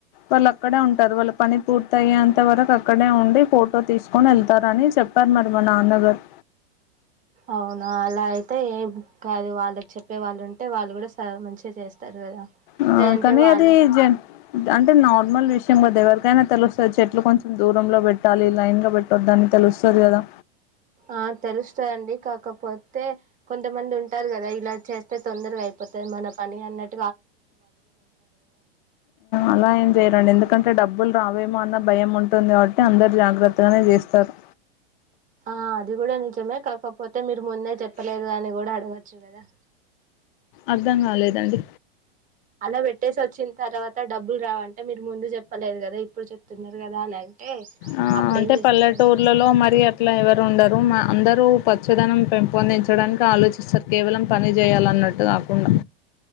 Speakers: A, on the left; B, on the right.
A: వాళ్ళు అక్కడే ఉంటారు వాళ్ళు పని పూర్త అయ్యేంత ఇంత వరకు అక్కడే ఉండి ఫోటో తీసుకొని వెళ్తారని చెప్పారు మరి మా నాన్నగారు
B: అవునా అలా అయితే ఏమ్ కాదు వాళ్ళకి చెప్పే వాళ్ళు ఉంటే వాళ్ళు కూడాా మంచిగా చేస్తారు కదా
A: ఆ
B: లేదంటే
A: కానీ
B: వాళ్ళు
A: అది జ అంటే నార్మల్ విషయం కదా ఎవరికైనా తెలుస్తది చెట్లు కొంచెం దూరంలో పెట్టాలి లైన్ లో పెట్ట దాని తెలుస్తుంది కదా
B: ఆ తెలుస్తాధండి కాకపోతే కొంతమంది ఉంటారు కదా ఇలా చేస్తే తొందరగా అయిపోతది మన పని అన్నట్
A: అలా ఏం చేయరండి ఎందుకంటే డబ్బులు రావేమో అన్న భయం ఉంటు ఉంటుంది కాబట్టి అందరు జాగ్రత్తగానే చేస్తారు
B: ఆ అది కూడా నిజమే కాకపోతే మీరు ముందే చెప్పలేదు అని కూడా అడగచ్చు కదా
A: అర్థం కాలేదండి
B: అలా పెట్టేసి వచ్చిన తర్వాత డబ్బులు రావంటే మీరు ముందు చెప్పలేదు కదా ఇప్పుడు చెప్తున్నారు కదా అని
A: ఆ
B: అప్పుడు
A: అంటే
B: ఏం చేస్తారండి
A: పల్లెటూర్లలో మరి అట్లా ఎవరు ఉండరు మా అందరూ పచ్చదనం పెంపొందించడానికి ఆలోచిస్తారు కేవలం పని చేయాలన్నట్టు కాకుండా